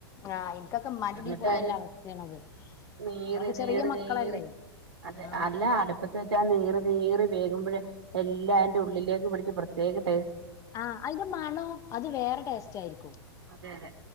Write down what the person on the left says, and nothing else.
ആഹ് എനിക്കൊക്കെ ഉമ്മാൻ്റ
വീട്ടി പോയലുള്ള
അവസ്ഥയാണത്
നമ്മളൊക്കെ ചെറിയ
മക്കളല്ലേ
ആഹ്
ആ അയിന്റെ മണോ, അത് വേറെ ടേസ്റ്റ് ആയിരിക്കും.